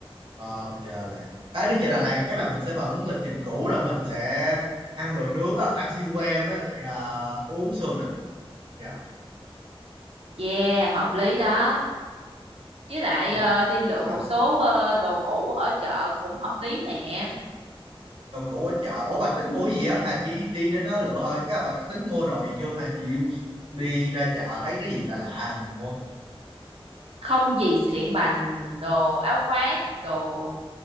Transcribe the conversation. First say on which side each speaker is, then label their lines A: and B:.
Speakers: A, on the right (about 65°); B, on the right (about 80°).
A: Ờ, mình chờ Đà Lạt à, đi chợ Đà Lạt chắc là mình sẽ vẫn lịch trình cũ là mình sẽ ăn đồ nướng à, ăn xiên que với lại à, uống sô nặng dạ
B: yeah hợp lý đó với lại
A: Ồ,
B: ờ, đi lựa
A: sao
B: một số ờ, đồ cũ ở chợ cũng hợp lý nè
A: đồ cũ ở chợ ủa bà tính mua gì á hà chỉ đi đến đó lựa thôi à, bà có tính mua đồ gì chưa hà chị đi ra chợ thấy cái gì lạ lạ mình mua
B: không gì xịn bành đồ áo khoác đồ